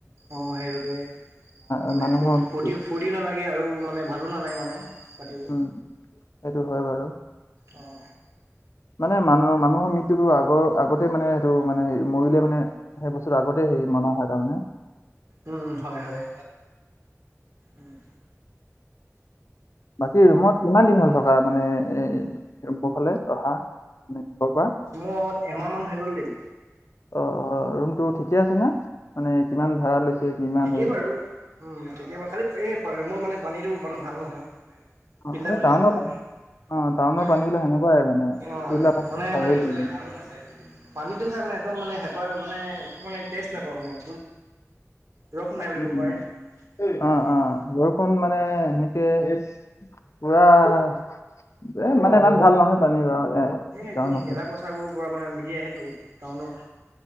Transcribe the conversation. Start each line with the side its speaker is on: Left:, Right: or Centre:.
Right: অঁ সেইটোতে
Left: মানে <inaudible>
Right: মানে ফূ্ত
Left: মৃত্যু।
Right: ফূৰ্তি ফৰ্তিও নালাগে আৰু মানে ভালো নালাগে মানে। পাতিব
Left: উম সেইটো হয় বাৰু।
Right: অঁ।
Left: মানে মানুহৰ মানুহৰ মৃত্যুটো আগৰ আগতে মানে সেইটো মানে হেৰি মৰিলে মানে সেই বস্তুটো আগতে হেৰি মনা হয় তাৰমানে
Right: উম হয় হয়। উম।
Left: বাকী ৰুমত কিমান দিন হ'ল থকা মানে এ ৰুমবোৰ ফালে অহা মানে ঘৰৰ পৰা
Right: মোৰ হল এমাহমান হৈ গ'ল দেই
Left: অ অ ৰুম টো ঠিকে আছে না মানে কিমান ভাড়া লৈছে? কিমান
Right: ঠিকেই
Left: হেৰি
Right: বাৰু উম ঠিকেই বাৰু খালি মোৰ মানে পানীটো ভাল নহয়
Left: অ
Right: ফিল্টাৰ
Left: এই
Right: কৰি
Left: টাউনৰ
Right: খাব লাগে।
Left: অ টাউনৰ পানীবিলাক সেনেকুৱাই মানে
Right: অ
Left: সেইবিলাক আকৌ
Right: মানে
Left: খাবই লাগিব
Right: পানীতটো খাই মানে একদম মানে হেঁপাৰ মানে মানে টেষ্ট নাপাওঁ মানে। ৰস নাই বুলি
Left: উম
Right: ক'ব পাৰে
Left: অ
Right: পানীটো।
Left: অ বৰষুণ মানে সেনেকে পুৰা এ মানে ইমান ভাল নহয় পানী বাৰু
Right: এ একদম
Left: টাউনত
Right: গেলা পচাৰ বোৰ পৰা মানে মিলি আহিল টাউনৰ